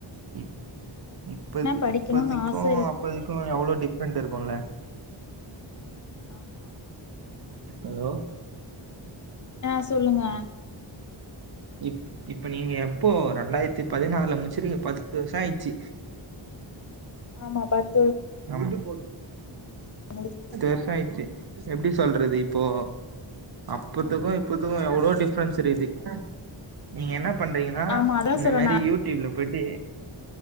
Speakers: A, on the right (about 50°); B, on the left (about 40°).
A: இப் இப்பது
B: படிக்கணுனு
A: இப்பதிக்கு
B: ஆச இருக்கு
A: அப்போதிக்கு எவ்ளோ டிஃப்ரெண்ட் இருக்குல்ல
B: ஆமா
A: ஹலோ
B: அ சொல்லுங்க
A: இப் இப்ப நீங்க எப்போ ரெண்டாயிரத்தி பதினாறுல முடிச்சுருக்கீங்க பத்து வருஷோ ஆயிடுச்சு
B: ஆமா பத்
A: பத்து
B: முடிச்
A: வருஷோ ஆய்ருச்சு ச எப்டி சொல்றது இப்போ அப்பத்துக்கு
B: ஆமா
A: இப் இப்பத்துக்கு எவ்ளோ டிஃப்ரன்ஸ் இருக்குது நீங்க என்ன பண்றீங்கன்னா
B: ஆமா அதா
A: இந்த
B: சொல்றேனா
A: மாதிரி யூ ட்யுப்ல போயிட்டு